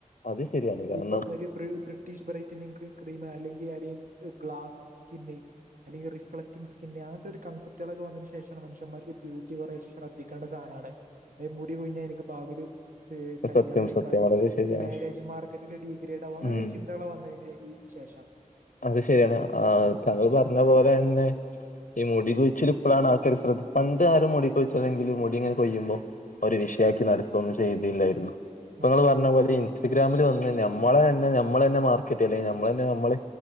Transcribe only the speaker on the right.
ഇപ്പം ഒരു ബ്രിട്ടീഷ് ബ്രൈറ്റിങ് ക്രീം അല്ലെങ്കിൽ ഒര് ഗ്ലാസ് സ്കിൻ- അല്ലെങ്കി റിഫ്ലക്റ്റിംങ് സ്കിന്ന് അങ്ങൻ ത്തൊരു കൺസെപ്റ്റെളൊക്കെ വന്നതിനു ശേഷാണ് മനുഷന്മാർക്ക് ബ്യൂട്ടിയിൽ കൊറേശെ ശ്രദ്ധ ദ്ധിക്കേണ്ട സാധനാണ്. മുടി കൊഴിഞ്ഞാൽ എനിക്ക് ഭാവീല് <unintelligible> കല്യാണം
കൈകാതെ
<unintelligible>
മാരേജ് മാർക്കറ്റില് ഡീഗ്രേഡ് ആകും. അങ്ങനൊരു
ചിന്തകള് വന്നതിന് ശേഷാണ്
അതെ
അതെ